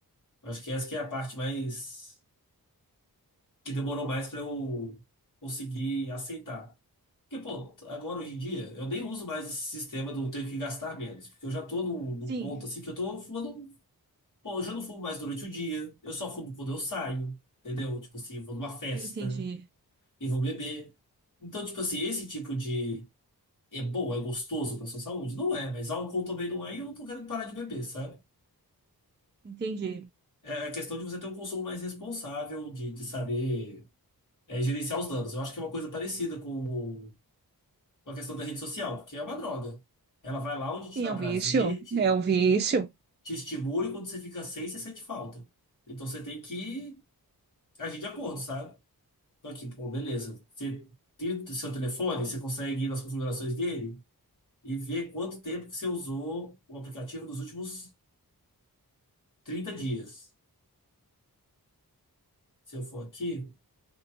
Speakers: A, on the left; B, on the right.
A: Eu Acho que essa que é a parte mais que demorou mais pra eu conseguir aceitar. Porque, pô, agora hoje em dia eu nem uso mais esse sistema do tenho que gastar menos, porque eu já tô num, num
B: sim,
A: ponto assim que eu tô fumando, pô, eu já não fumo mais durante o dia, eu só fumo quando eu saio, entendeu? Tipo assim, vou numa festa
B: entendi,
A: e vou beber. Então, tipo assim, esse tipo de é bom, é gostoso pra sua saúde? Não é, mas álcool também não é e eu não tô querendo parar de beber, sabe?
B: entendi.
A: É a questão de você ter um consumo mais responsável, de, de saber é, gerenciar os danos. Eu acho que é uma coisa parecida com, com a questão da rede social, porque é uma droga. Ela vai lá onde te
B: Sim,
A: dá
B: é um
A: prazer,
B: vício,
A: te,
B: é um vício.
A: te estimula e quando você fica sem, você sente falta. Então você tem que agir de acordo, sabe? Então aqui, pô, beleza. Você tem o seu telefone, você consegue ir nas configurações dele e ver quanto tempo que você usou o aplicativo nos últimos 30 dias. Se eu for aqui.